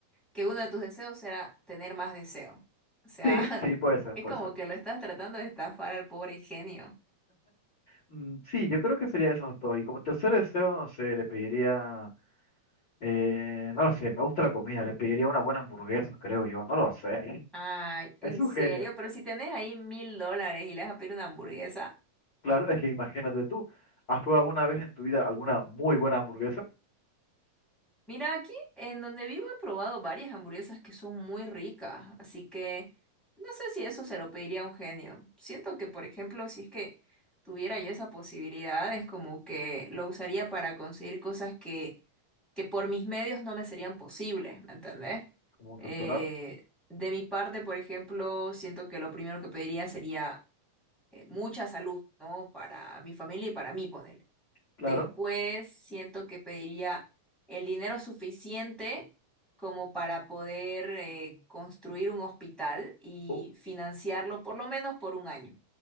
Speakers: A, in the centre; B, on the left.
A: que uno de tus deseos será tener más deseo. O sea,
B: Sí, sí, puede
A: <laughs>
B: ser,
A: es
B: puede
A: como
B: ser.
A: que lo estás tratando de estafar al pobre genio.
B: Mm, Sí, yo creo que sería esos dos. Y como tercer deseo, no sé, le pediría... Eh, no lo sé, me gusta la comida, le pediría una buena hamburguesa, creo yo, no lo sé.
A: Ay, en
B: Es un
A: serio,
B: genio.
A: pero si tenés ahí mil dólares y le vas a pedir una hamburguesa.
B: Claro, es que imagínate tú, ¿has probado alguna vez en tu vida alguna muy buena hamburguesa?
A: Mira, aquí en donde vivo he probado varias hamburguesas que son muy ricas, así que no sé si eso se lo pediría a un genio. Siento que, por ejemplo, si es que tuviera yo esa posibilidad, es como que lo usaría para conseguir cosas que, que por mis medios no me serían posibles, ¿me entendés?
B: Como un
A: Eh,
B: doctorado,
A: de mi parte, por ejemplo, siento que lo primero que pediría sería eh, mucha salud, ¿no? Para mi familia y para mí, ponerle.
B: claro.
A: Después siento que pediría el dinero suficiente como para poder eh, construir un hospital y
B: O-
A: financiarlo por lo menos por un año,